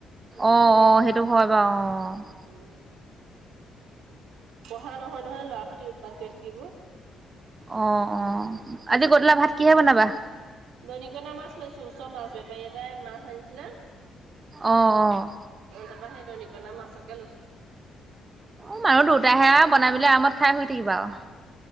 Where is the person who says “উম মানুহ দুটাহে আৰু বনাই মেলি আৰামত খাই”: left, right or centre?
Right